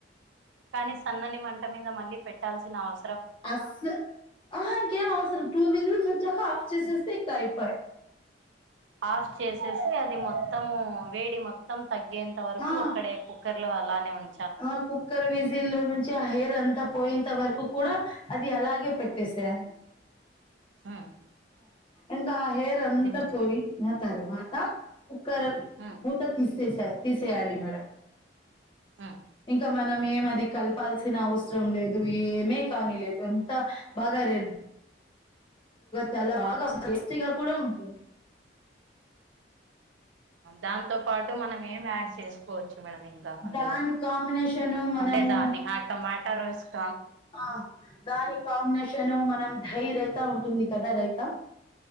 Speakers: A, on the right (about 80°); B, on the left (about 30°).
A: కానీ సన్నని మంట మీద మళ్ళీ పెట్టాల్సిన అవ్
B: అస్ అహ ఇంకేం అసలు టూ వీలర్స్ వచ్చాక ఆఫ్ చేసేస్తే ఇంకా అయిపోయి
A: ఆఫ్ చేసేసి అది మొత్తము వేడి మొత్తం తగ్గేంత వరకు
B: ఆ!
A: అక్కడే కుక్కర్ అలానే ఉం
B: ఆ కుక్కర్ విజిలో నుంచి హెయిర్ అంత పోయింత వరకు కూడ అది అలాగే పెట్టేసేయలి
A: ఆ
B: ఇంక ఆ హెయిర్ అంతా
A: మొ
B: పోయిన తర్వాత కుక్కర్
A: ఉమ్
B: మూత తీసేస తీసేయాలి మేడం
A: ఉమ్
B: ఇంకా మ మనం ఏం అది కలపాల్సిన అవసరం లేదు ఏమే కానీ లేదు ఎంత బగరే చాల బాగ టేస్టీగా కూడ ఉంటుంది
A: దాంతో పాటు మనం ఏం యాడ్ చేసుకో మేడమ్ ఇంకఅందులో
B: దాని కాంబినేషన్ మనము
A: అంటే దాన్ని ఆ టమాట <unintelligible>
B: ఆ దాని కాంబినేషను మనం ధై రైత ఉంటుంది కదా రైత